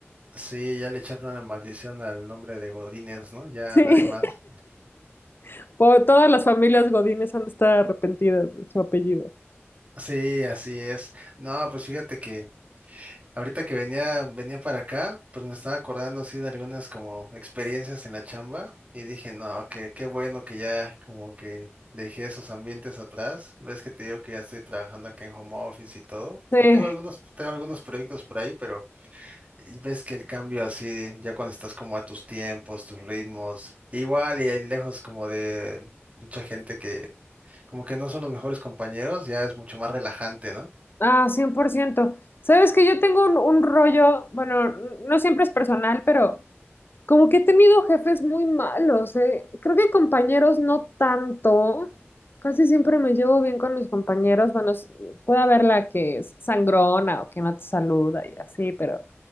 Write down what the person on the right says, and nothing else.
Sí, ya le echaron la maldición al nombre de Godínez, ¿no? Ya
nadie más.
Sí, así es. No, pues fíjate que Ahorita que venía, venía para acá, pues me estaba acordando así de algunas como experiencias en la chamba y dije, no, que qué bueno que ya como que dejé esos ambientes atrás. Ves que te digo que ya estoy trabajando aquí en home office y todo.
Y tengo algunos, tengo algunos proyectos por ahí, pero ves que el cambio así, ya cuando estás como a tus tiempos, tus ritmos, igual y ahí lejos como de mucha gente que como que no son los mejores compañeros, ya es mucho más relajante, ¿no?